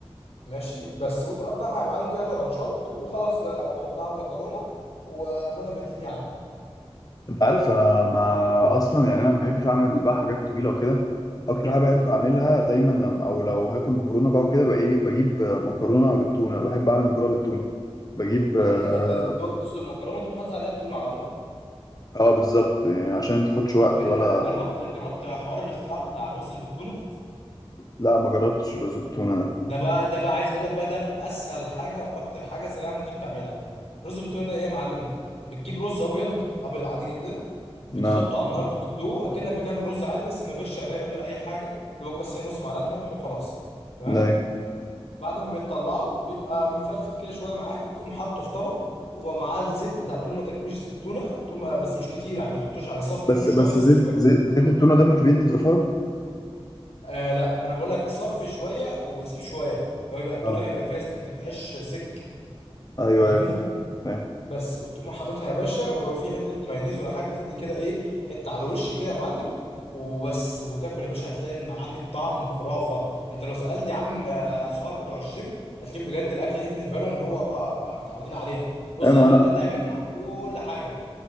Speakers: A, on the left; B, on the left.
A: ماشي بس وتقطعها يا معلم كده ترانشات وخلاص بقى وتحطها على المكرونه وبون ابيتي يا عم
B: انت عارف انا ما اصلا يعني انا ما بحبش اعمل بقى حاجات طويله وكده اكتر حاجه بحب اعملها دايما لما او لو هاكل مكرونه بقى وكده بقى ايه بجيب مكرونه بالتونه بحب اعمل مكرونه بالتونه بجيب
A: مم،
B: اه
A: انت دوبك بتسلق المكرونه وتقوم حاطط عليها التونه على طول
B: آه، بالظبط يعني عشان ما تاخدش وقت
A: طب انت
B: ولا
A: جربت جربت حوار الاختراع بتاع الرز اللي بالتونه
B: لا ما جربتش الرز بالتونه ده
A: ده بقى ده بقى عايز اقول لك بقى ده في اسهل حاجه واكتر حاجه سريعه ممكن تعملها رز بالتونه ده ايه يا معلم بتجيب رز ابيض ابيض عادي جدا بتحطه
B: لا
A: على النار بتسلقه اكنك بتعمل رز عادي بس من غير شعريه من غير اي حاجه دوبك بس هي نص معلقه ملح وخلاص تمام
B: لا
A: بعد ما بتطلعه بيبقى مفرفت كده شويه معاك تقوم حاطه في طبق ومعاه الزيت بتاع التونه ما ترميش زيت التونه تقوم بس مش كتير يعني ما تحطوش يعني صفي
B: بس
A: منه شويه
B: بس
A: وسيب
B: زيت
A: شويه
B: زيت, زيت التونه ده مش بيدي زفاره
A: آه لا ما انا بقول لك صفي شويه وسيب شويه لو يبقى التونه
B: آه.
A: بيبقى فيها زيت ما تبقاش سك
B: ايوه
A: فاهمني
B: ايوه فاهم فاهم
A: بس وتقوم حاططها يا باشا ولو في حته مايونيز ولا حاجه تدي كده ايه حته على الوش كده يا معلم وبس وتاكل يا باشا هتلاقي إن معاك الطعم خرافه انت لو سالت يا عم آه، اصحابك بتوع الجيم هتلاقيهم بجد الاكله دي بالنسبه لهم اللي هو آه، متعودين عليها الرز
B: ايوه ما
A: الابيض
B: انا
A: ده تعمل معاك كل حاجه